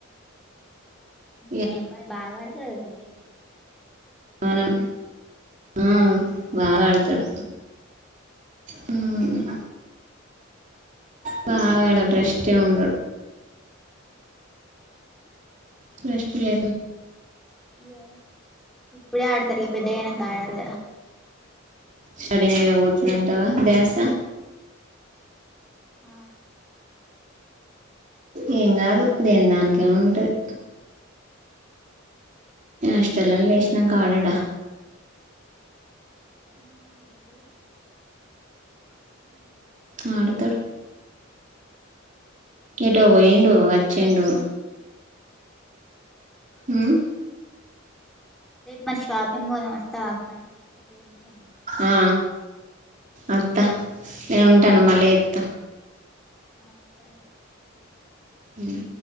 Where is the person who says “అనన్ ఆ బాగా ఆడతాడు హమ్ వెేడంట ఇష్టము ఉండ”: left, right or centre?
Right